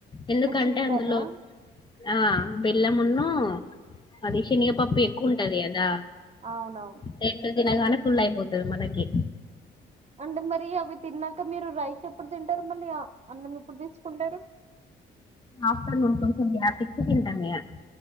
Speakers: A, on the left (about 25°); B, on the right (about 35°).
A: ఎందుకంటే
B: నాకు స్వీట్
A: అందులో
B: అనా
A: ఆ బెల్లంమున్ను అది శనగపప్పు ఎక్కువ ఉంటది కదా
B: అవునవును
A: రెండు తినగానే పోతది మనకి
B: అంటే మరి అవి తిన్నాక మీరు రైస్ ఎప్పుడు తింటారు మళ్ళీ అన్నం ఎప్పుడు తెచ్చుకుంటారు
A: ఆఫ్టర్నూన్ కొంచెం గ్యాపిచ్చి తింటామే ఇగ